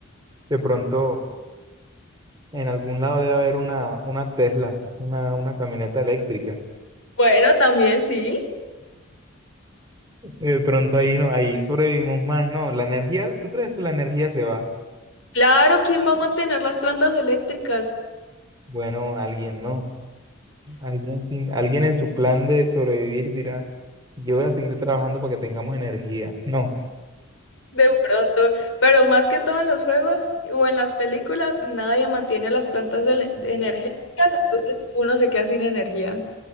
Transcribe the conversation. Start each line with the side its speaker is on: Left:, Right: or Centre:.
Right: de pronto en algún lado debe haber una, una Tesla, una, una camioneta eléctrica.
Left: Bueno, también sí.
Right: Y de pronto ahí no, ahí sobrevivimos más, ¿no? La energía, ¿tú crees que la energía se va?
Left: Claro, ¿quién va a mantener las plantas eléctricas?
Right: Bueno, alguien no. Alguien sin, alguien en su plan de sobrevivir dirá. Yo voy a seguir trabajando para que tengamos energía. No.
Left: De pronto, pero más que todo en los juegos o en las películas, nadie mantiene las plantas ele- energéticas, entonces uno se queda sin energía.